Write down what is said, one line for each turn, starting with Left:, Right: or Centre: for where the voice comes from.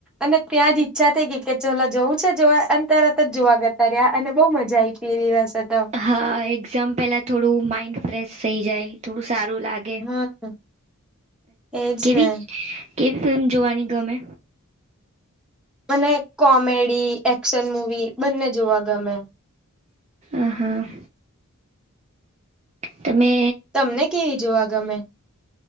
Centre: અને ત્યાં જ ઈચ્છા થઈ ગઈ કે ચલો જવું છે જોવા અ તરત જ જોવા ગતા રહ્યા અને બહુ મજા આ આવી તે દિવસે તો.
Right: હા એક્ઝામ પહેલા થોડું માઈન્ડ ફ્રેશ થઈ જાય થોડું સારું લાગ ગે
Centre: હમ એજ
Right: કેવી
Centre: ને
Right: કેવી ફિલ્મ જોવાની ગમે.
Centre: મને કોમેડી એક્શન મુવી બંને જોવા ગમે.
Right: અ હા. તમે
Centre: તમને કેવી જોવા ગમે.